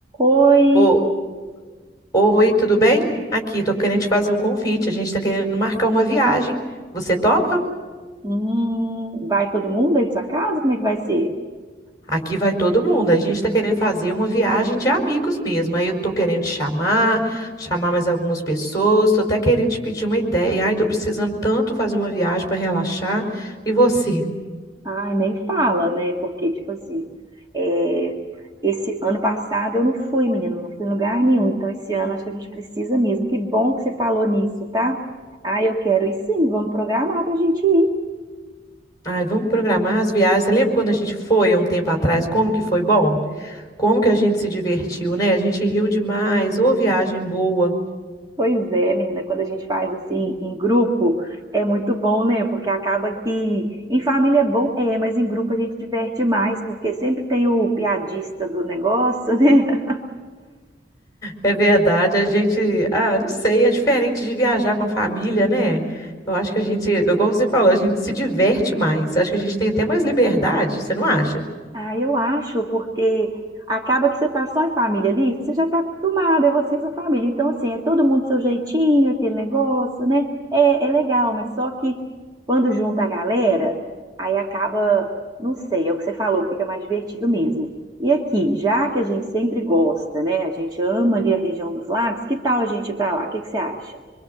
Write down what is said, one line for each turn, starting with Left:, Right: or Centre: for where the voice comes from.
Right: Oi,
Left: Ô, oi, tudo bem? Aqui, tô querendo te fazer um convite. A gente tá querendo marcar uma viagem. Você topa?
Right: hum, vai todo mundo aí da sua casa? Como é que vai ser?
Left: Aqui vai todo mundo. A gente tá querendo fazer uma viagem de amigos mesmo. Aí eu tô querendo te chamar, chamar mais algumas pessoas. Tô até querendo te pedir uma ideia. Ai, tô precisando tanto fazer uma viagem para relaxar. E você?
Right: Ai, nem fala, né? Porque, tipo assim, é, esse ano passado eu não fui, menino, não fui em lugar nenhum. Então, esse ano acho que a gente precisa mesmo. Que bom que você falou nisso, tá? Ah, eu quero ir sim, vamos programar pra gente ir.
Left: Ai, vamos programar as viagens. Você lembra quando a gente foi há um tempo atrás? Como que foi bom? Como que a gente se divertiu, né? A gente riu demais. Ô, viagem boa.
Right: Pois é, menina, quando a gente faz assim em grupo, é muito bom, né? Porque acaba que em família é bom, é, mas em grupo a gente diverte mais, porque sempre tem o piadista do negócio, <laughs> né?
Left: É verdade, a gente, ah, não sei, é diferente de viajar com a família, né? Eu acho que a gente, eu- como você falou, a gente se diverte mais. Acho que a gente tem até mais liberdade, você não acha?
Right: Ah, eu acho, porque acaba que você tá só em família ali, você já tá acostumada, é você e sua família. Então, assim, é todo mundo seu jeitinho, aquele negócio, né? É, é legal, mas só que quando junta a galera, aí acaba, não sei, é o que você falou, fica mais divertido mesmo. E aqui, já que a gente sempre gosta, né? A gente ama ali a região dos lagos, que tal a gente ir pra lá? O que que você acha?